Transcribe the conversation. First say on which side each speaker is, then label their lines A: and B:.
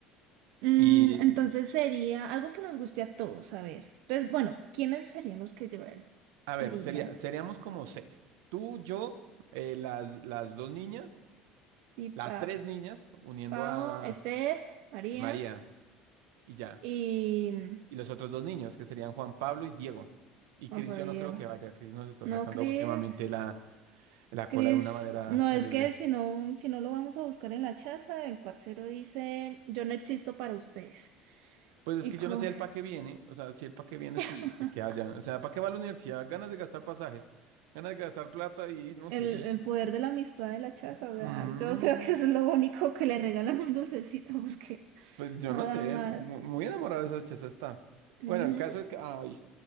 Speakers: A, on the right (about 65°); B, on the right (about 85°).
A: Mm,
B: Y
A: entonces sería algo que nos guste a todos, a ver. Entonces, bueno, ¿quiénes serían los que llevarían?
B: a ver,
A: Irían.
B: sería, seríamos como seis. Tú, yo, eh, las, las dos niñas,
A: Sí,
B: las
A: pa
B: tres niñas, uniendo
A: Pau,
B: a
A: Steph, María
B: y María y ya.
A: y...
B: Y los otros dos niños, que serían Juan Pablo y Diego. Y
A: no
B: Cris,
A: por
B: yo
A: ahí
B: no
A: Diego.
B: creo que vaya, Cris nos está
A: No,
B: sacando
A: Cris.
B: últimamente la La
A: Cris,
B: cola de una manera
A: no
B: terrible.
A: es que si no, si no lo vamos a buscar en la chaza, el parcero dice, yo no existo para ustedes.
B: Pues es
A: Y
B: que
A: co-
B: yo no sé el pa' qué viene, o sea, si el pa' qué viene, sí,
A: <laughs>
B: de que haya. O sea, ¿para qué va a la universidad? Ganas de gastar pasajes, ganas de gastar plata y no
A: el,
B: sé, yo... sé-
A: el poder de la amistad de la chaza, o sea,
B: Mm,
A: yo creo que es lo único que le regalan un dulcecito porque <laughs>
B: pues yo
A: no
B: no
A: da
B: sé,
A: mal.
B: mu- muy, enamorada de esa chaza está.
A: Ujú,
B: Bueno, el caso es que, ay,